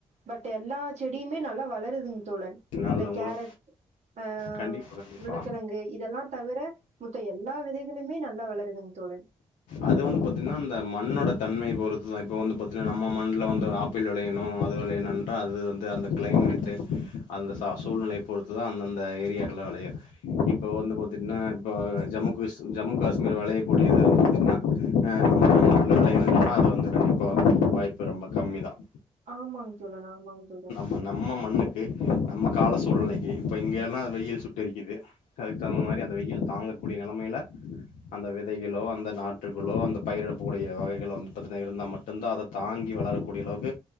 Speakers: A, on the right; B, on the left.
A: பட் எல்லா செடியுமே நல்லா வளருதுங்க தோழன்
B: நல்ல
A: இந்த கேரட்
B: முறை
A: ஆ
B: கண்டிப்பா கண்டிப்பா.
A: உருளக்கிழங்கு இதெல்லாம் தவிர மத்த எல்லா விதைகளுமே நல்லா வளருதுங்க தோழன்
B: அது வந்து பாத்தீங்கன்னா அந்த மண்ணோட தன்மை பொறுத்துதான் இப்ப வந்து பாத்தீங்கன்னா நம்ம மண்ல வந்து ஆப் பிள் விளையணும் அது விளையணுன்றால் அது வந்து அந்த கிளைமேட்டு அந்த ச சூழ்நிலையை பொறுத்து தான் அந்தந்த ஏரியாக்கெலாம் விளையு இப்போ வந்து பார்த்தீங்கன்னா, இப்போ ஜம்மு காஷ்ர் ஜம்மு காஷ்மீர் விளையக்கூடியது வந்து பார்த்தீங்கன்னா நம்மல்லா விளையதுனா அது வந்து கண்டிப்பா வாய்ப்பு ரொம்ப கம்மிதான்.
A: ஆமாங்க தோழன், ஆமாங்க தோழன்.
B: நம்ம நம்ம மண்ணுக்கு நம்ம கால சூழ்நிலைக்கு இப்ப இங்கெல்லாம் வெயில் சுட்டு எரிக்குது அதுக்கு தகுந்த மாரி அந்த வெயில் தாங்கக்கூடிய நிலமையில அந்த விதைகளோ அந்த நாத்துகளோ அந்த பயிர் இடப்பக்கூடிய வகைகளை வந்து பாத்தினா இருந்தா மட்டு்தான் அத தாங்கி வளரக்கூடிய அளவுக்கு